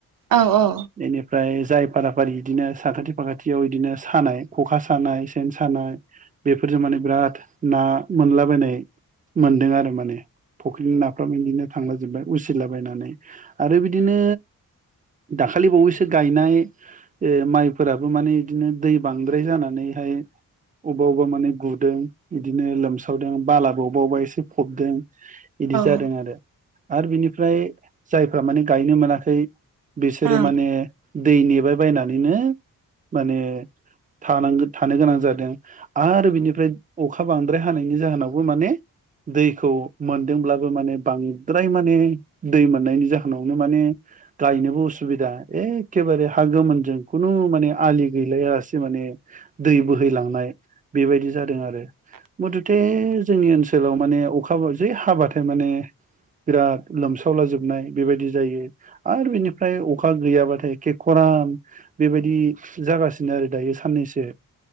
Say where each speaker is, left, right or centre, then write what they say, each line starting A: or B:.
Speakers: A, on the right; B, on the right.
A: औ औ
B: बेनिफ्राय जाय फाराफारि बिदिनो साखाथि फाखाथियाव बिदिनो सानाय ख'खा सानाय सेन सानाय बेफोरजों माने बिराद ना मोनलाबायनाय मोनदों आरो माने फुख्रिनि नाफ्राबो बिदिनो थांला जोबबाय उसिलाबायनानै आरो बिदिनो दाखालि बावैसो गायनाय ओ माइफोराबो माने बिदिनो दै बांद्राय जानानैहाय अबेबा अबेबा माने गुदों बिदिनो लोमसावदों बालाबो अबेबा अबेबा एसे फबदों बिदि जादों
A: औ
B: आरो आरो बिनिफ्राय जायफ्रा माने गायनो मोनाखै बिसोरो
A: औ
B: माने दै नेबाय बायनानैनो माने थानांगौ थानो गोनां जादों। आरो बिनिफ्राय अखा बांद्राय हानायनि जाहोनावबो माने दैखौ मोनदोंब्लाबो माने बांद्राय माने दै मोननायनि जाहोनावनो माने गायनोबो उसुबिदा एखेबारे हा गोमोनजों खुनु माने आलि गैलायासै माने दै बोहैलांनाय बेबायदि जादों आरो मथथे जोंनि ओनसोल ओनसोलाव‌ माने अखा जे हाबाथाय माने बिराद लोमसावला जोबनाय बेबायदि जायो आरो बिनिफ्राय अखा गैयाबाथाय एखे खरान बेबायदि जागासिनो आरो दायो साननैसो